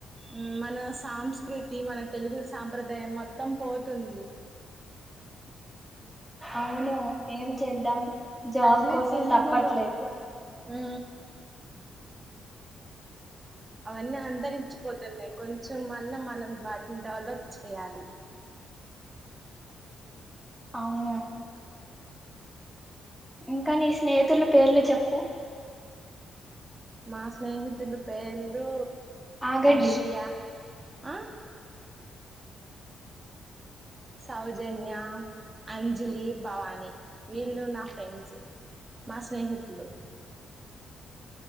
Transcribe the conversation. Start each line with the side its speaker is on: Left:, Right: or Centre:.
Right: ఉమ్ మనస్ సంస్కృతి మన తెలుగు సాంప్రదాయం మొత్తం పోతుంది
Centre: అవును ఏం చేద్దాం జాబ్
Right: అసలు
Centre: కోసం
Right: ఇది తెలుగులో
Centre: తప్పట్లేదు
Right: ఊ అవన్నీ అంతరించిపోతున్నాయ్ కొంచెం అన్నా మనం వాటిని డెవలప్ చేయాలి
Centre: అవును ఇంకా నీ స్నేహితులు పేర్లు చొప్ ప్పు
Right: మా స్నేహితులు పేర్లు
Centre: ఆగండి
Right: అర్షియా ఆ సౌజన్య అంజలి భవాని వీళ్ళు నా ఫ్రెండ్సు మా స్నేహితులు